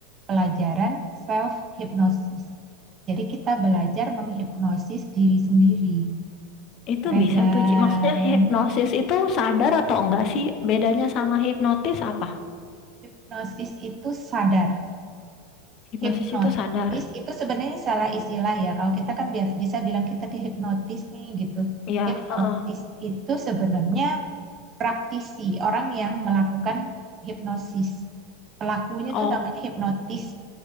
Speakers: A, on the right; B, on the left.
A: pelajaran self hipnosis Jadi kita belajar menghipnosis diri sendiri.
B: itu
A: Keren
B: bisa
A: kan?
B: tuh, Ci. Maksudnya hipnosis itu sadar atau enggak sih? Bedanya sama hipnotis apa?
A: Hipnosis itu sadar.
B: Hipnosis
A: Hipnotis
B: itu sadar.
A: itu sebenarnya salah istilah ya. Kalau kita kan biar- bisa bilang kita dihipnotis nih gitu.
B: Iya,
A: Hipnotis
B: heeh.
A: itu sebenarnya praktisi, orang yang melakukan hipnosis. Pelakunya
B: Oh,
A: itu namanya hipnotis.